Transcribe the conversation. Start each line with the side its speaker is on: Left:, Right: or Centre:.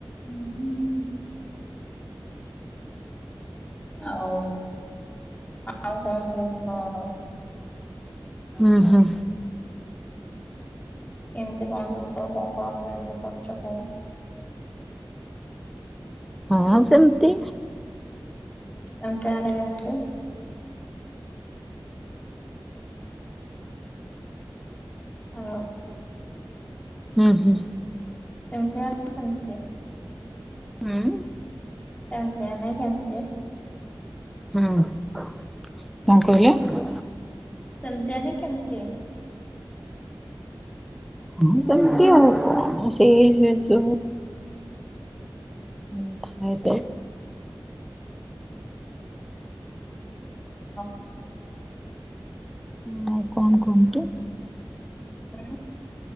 Left: ଉଁହୁଁଁ। ଆଉ ଆଉ କଣ କରୁଚନ୍ତି ଆପଣ।
Centre: ଉଁହୁଁ।
Left: କେମିତି କଣ <unintelligible>
Centre: ହଁ ସେମତି।
Left: ଏମତି ଆନେ କେମତି ହାଲୋ।
Centre: ଉଁହୁଁ।
Left: ସେମତି ହେଲା ସେମତି।
Centre: ଉଁ?
Left: କେମତିଆ ନାଇଁ କେମତି।
Centre: ହୁଁ କଣ କହିଲେ?
Left: ସେମିତି ମାନେ କେମିତି?
Centre: ହଁ ସେମମି ଆଉ କଣ ସେଇ ସେସବୁ ହୁଁ ଥାଏତ
Left: ଆହ୍ ଉ
Centre: ହୁଁ ଆଉ କଣ କୁହନ୍ତୁ?
Left: ଉଁ?